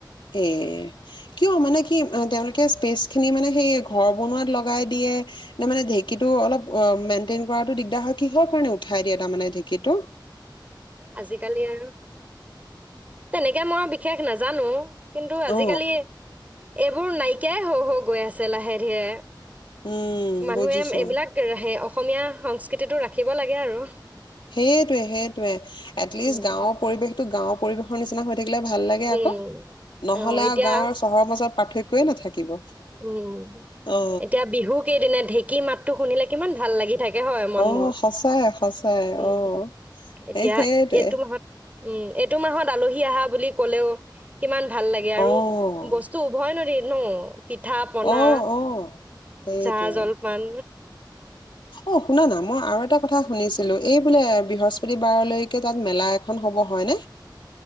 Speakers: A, on the left (about 75°); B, on the right (about 20°).
A: এ কিয় মানে কি তেওঁলোকে স্পেচ খিনি মানে সৰ বন লগাই দিয়ে নে মানে ঢেকিতো টো অলপ মেইনেইন কৰাো দিগদাৰ হয় কিহৰ কাৰ উঠাই দিয়ে তাৰে
B: আজিকালি আৰু তেনেকে মই বিশেষ নাজানো কিন্তু আজিকালি
A: অ
B: এইবোৰ নাইকিয়াই হ' হ গৈ আছে লাহে ধীৰে
A: উম
B: মানুহে
A: বুজিছো
B: এইবিলাকে অসমীয়া সংস্কৃতিটো ৰাখিব লাগে আৰু
A: সেইটয়ে হেইটোৱে এটলিষ্ট
B: উম,
A: গাঁও পৰিৱেশ তো গাঁওৰ পৰিৱেশৰ নিচিনা হয় থাকিলে ভাল লাগে আকৌ
B: উম,
A: নহলে
B: অ', এতিয়া
A: আৰু গাৱৰ চৰৰ মত পাৰ্থক্যই নাথাকিব
B: উম
A: অ
B: এতিয়া বিহু কেইদিনা ঢেঁকী মাত শুনিলে কিমান ভাল লাগি থাকে তাকে হয় মন
A: অ
B: বোৰ
A: সঁচাই সঁচাই
B: উম
A: অ
B: এতিয়া
A: এ সেইটোৱে
B: এইটো মাহত উম এইটো মাহত আলহী আহা বুলি ক'লেও কিমান ভাল লাগে আৰু
A: অ
B: বস্তু উভয় নদী ন পিঠা পনা
A: অ', অ', সেইটোৱে
B: জা জলপান
A: অ শুনাানা মই আৰু এটা কথা শুনিছিলো এই বোলে বৃহস্পতিবাৰলৈকে তাত মেলা এখন হ'ব হয়নে